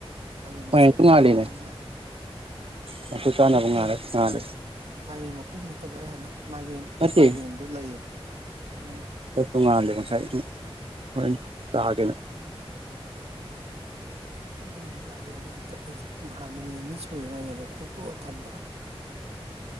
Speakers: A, on the right; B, on the right.
A: ꯃꯥꯏꯔꯦꯟ ꯃꯆꯦꯠ
B: ꯃꯥꯏꯔꯦꯟꯁꯨ
A: ꯑꯃ
B: ꯉꯥꯜꯂꯤꯅꯦ
A: ꯈꯥꯛꯄꯅꯤꯅ
B: ꯆꯝꯐꯨꯠ ꯆꯥꯅꯕ
A: ꯅꯠꯇꯦ
B: ꯉꯥꯜꯂꯦ ꯉꯥꯜꯂꯦ
A: ꯃꯥꯏꯔꯦꯟ ꯃꯀꯨꯝ ꯅꯠꯇꯦ ꯇꯕꯛꯑ ꯍꯥꯏꯅ ꯃꯥꯏꯔꯦꯟ
B: ꯅꯠꯇꯦ
A: ꯃꯥꯏꯔꯦꯟꯗꯨꯣ ꯂꯩꯌꯦꯕ ꯎꯝ
B: ꯇꯣꯉꯥꯜꯂꯦ ꯉꯁꯥꯏ ꯍꯣꯔ ꯇꯥꯒꯦꯅ
A: ꯑꯗꯨꯅꯦ ꯃꯥꯏꯒꯦꯟꯗꯣ ꯑꯝꯇ ꯑꯩꯁ ꯅꯥꯟ ꯅꯨꯃꯤꯠ ꯅꯤꯅꯤ ꯁꯨꯔꯦ ꯃꯥꯏꯒꯦꯟꯗꯣ ꯈꯣꯛꯇꯣꯛꯑ ꯊꯝꯕ